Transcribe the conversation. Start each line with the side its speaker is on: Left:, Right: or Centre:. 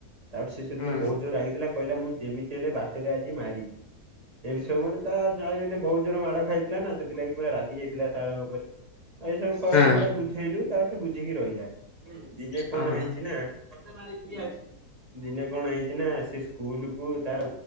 Right: ତାପରେ ସେ ସେଦିନ
Left: ହୁଁ
Right: ବହୁତ ଜୋରେ ରାଗିଥିଲା କହିଲା ମୁଁ ଯେମିତି ହେଲେ ବାଟରେ ଆଜି ମାରିବି। ଏମିତି ସବୁମାନେ ତା ଯାଇ ହେଲେ ବହୁତ ଜୋର ମାଡ ଖାଇଥିଲା ନା, ସେଥିଲାଗି ପୁରା ରାଗି ଯାଇଥିଲା ସାରଙ୍କ ଓପରେ। ଆଉ ସବୁ କର,
Left: ହୁଁ
Right: ଆମେ ତାକୁ ବୁଝେଇଲୁ, ତାପ ବୁଝିକି ରହିଲା, ହୁଁ, ଦିନେ କଣ
Left: ହଁ ହଁ
Right: ହେଇଛି ନା ଫତେ ମାରିବି ଆସି ଦିନେ କଣ ହେଇଛି ନା, ସେ ସ୍କୁଲ କୁ ତାର